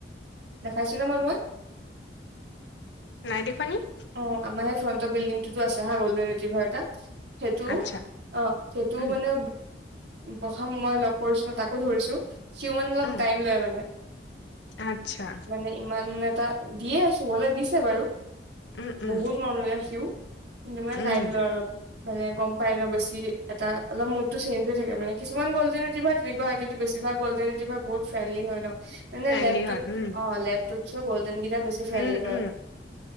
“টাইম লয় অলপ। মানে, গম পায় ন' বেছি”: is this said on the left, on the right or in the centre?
Right